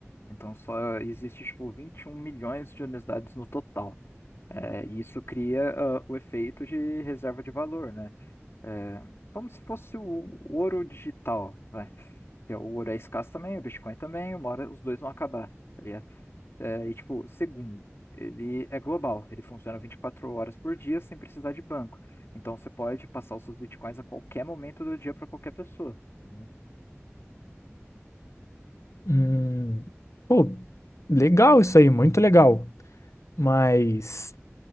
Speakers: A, on the left (about 60°); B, on the left (about 90°).
A: Então só existe, tipo, 21 milhões de unidades no total. É, e isso cria ah, o efeito de reserva de valor, né? É, como se fosse o, o ouro digital, vai. Que é o ouro é escasso também, o Bitcoin também, uma hora os dois vão acabar, tá ligado? É, e tipo, segundo, ele é global, ele funciona 24 horas por dia sem precisar de banco. Então você pode passar os seus Bitcoins a qualquer momento do dia para qualquer pessoa. né?
B: Hum, pô, legal isso aí, muito legal. Mas